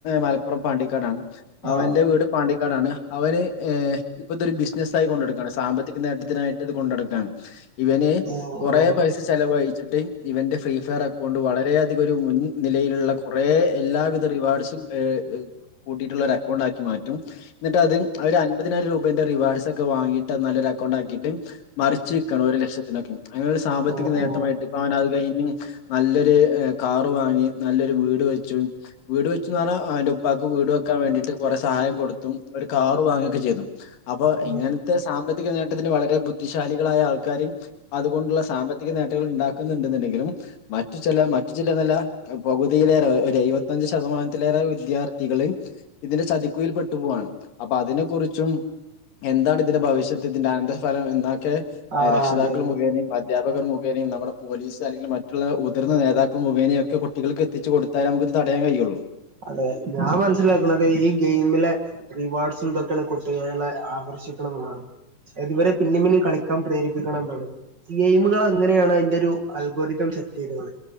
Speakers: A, on the left (about 85°); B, on the right (about 35°).
A: മലപ്പുറം പാണ്ടിക്കാടാണ്
B: ആ
A: അവന്റെ വീട് പാണ്ടി ടാണ്. അവന് ഇപ്പഴത്തൊരു ബിസിനസ്സായി കൊണ്ട് നടക്കാണ്. സാമ്പത്തിക നേട്ടത്തിനായിട്ടത് കൊണ്ട് നടക്ക ക്കാണ്. ഇവന്
B: ഓ
A: കൊറേ
B: ഓ ഉം
A: പൈസ ചെലവായി ച്ചട്ട് ഇവൻ്റെ ഫ്രീ ഫയർ അക്കൗണ്ട് വളരെയധികം ഒരു മുൻ നിലയിലുള്ള കൊറേ എല്ലാവിധ റിവാർഡ്സും കൂട്ടിയിട്ടുള്ള ഒരു അക്കൗണ്ട് ആക്കി മാറ്റും. എന്നിട്ട് അത് അവര് അൻപതിനായിരം രൂപേന്റെ റിവാർഡ്സ് ഒക്കെ വാങ്ങിട്ട് അത് നല്ലൊരു അക്കൗണ്ട് ആക്കിയിട്ട് മറിച്ച് വിക്കാണ്. ഒരു ലക്ഷത്തിനൊക്കെ. അങ്ങനെ ഒരു സാമ്പത്തിക
B: ഓ
A: നേട്ടമായിട്ട്
B: ഓ
A: ഇപ്പ അവന് അത് കഴി ഞ്ഞ് നല്ലൊരു കാർ വാങ്ങി നല്ലൊരു വീട് വെച്ചു. വീട് വെച്ചൂന്നു പറഞ്ഞാ അവൻ്റെ ഉപ്പാക്ക് വീട് വെക്കാൻ വേണ്ടീട്ട് കുറെ സഹായം കൊടുത്തും ഒരു കാറ് വാങ്ങൊക്കെ ചെയ്തു. അപ്പോ
B: ഓ
A: ഇങ്ങനത്തെ സാമ്പത്തിക നേട്ടത്തിന് വളരെ ബുദ്ധിശാലികളായ ആൾക്കാരും അതുകൊണ്ടുള്ള സാമ്പത്തിക നേ ട്ടങ്ങള് ഇണ്ടാക്കുന്നുണ്ടെങ്കിലും മറ്റു ചെല മറ്റു ജില്ലെന്നല്ല പകുതിയിലേറെ ഒരു എഴുപ പത്തഞ്ച് ശതമാനത്തിലേറെ വിദ്യാർത്ഥികളിളേം ഇതിന്റെ ചതിക്കുഴീൽ പെട്ടു പോവാണ്. അപ്പൊ അതിനെ കുറിച്ചും എന്താണ് ഇതിന്റെ ഭവിഷത്ത് ഇതിന്റെ അനന്തര ഫലം എന്നാൽ ക്കെ
B: ആ
A: രക്ഷിതാക്കൾ
B: അതെ അതെ
A: മുഖേനെയും അധ്യാപകർ മു ഖേനേംനമ്മുടെ പോലീസ് അല്ലെങ്കിൽ മറ്റുള്ള മുതിർന്ന നേതാക്ക മുഖേനയൊക്കെ കു കുട്ടികൾക്ക് എത്തിച്ച് കൊടുത്താൽ നമുക്ക് ഇത് തടയാൻ കഴിയുള്ളൂ.
B: അത് ഞാൻ മനസ്സിലാക്കണത് ഈ ഗെയിമിലെ റിവാർഡ്സും ഇതൊക്കെയാണ് കുട്ടികളിലെ ആകർഷിക്കണം എന്നാണ്. അത് ഇവരെ പിന്നേം പിന്നേം കളിക്കാൻ പ്രേരിപ്പിക്കണ എന്താണ് ഗെയിമുകൾ അങ്ങനെയാണ് അതിന്റെ ഒരു അൽഗൊരിതം സെറ്റ് ചെയ്തേക്കണെ.